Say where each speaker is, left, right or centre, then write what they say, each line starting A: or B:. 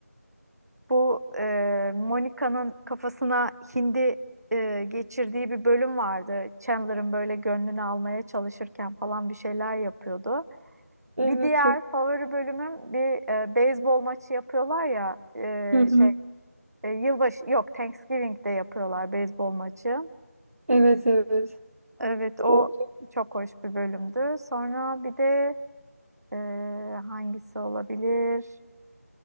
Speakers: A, on the right; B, on the right.
A: bu e, Monica'nın kafasına hindi e, geçirdiği bir bölüm vardı. Chandler'ın böyle gönlünü almaya çalışırken falan bir şeyler yapıyordu.
B: Evet
A: Bir diğer
B: çok.
A: favori bölümüm bir e, beyzbol maçı yapıyorlar ya
B: Hı hı.
A: e, şey e, yılbaşı yok Thanksgiving'de yapıyorlar beyzbol maçı.
B: Evet evet.
A: Evet o
B: O
A: çok hoş bir bölümdü. Sonra bir de Ee, hangisi olabilir?